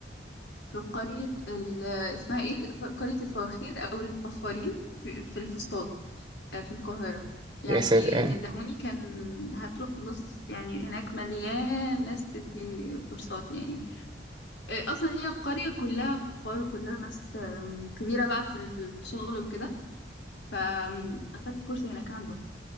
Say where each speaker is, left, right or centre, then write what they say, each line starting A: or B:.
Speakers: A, on the left; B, on the right.
A: في قرية ال- اسمها ايه ف- قرية الفواخير أو الفخارين في, في الفسطاط آه، في القاهرة يعني
B: يا ساتر
A: اللي
B: آه.
A: ادهوني كان هتروح بص يعني هناك مليان ناس بتدي كورسات يعني آه، أصلا هي القرية كلها فخار وكلها ناس آم، كبيرة بقى في الشغل وكده فأخدت كورس هناك عنده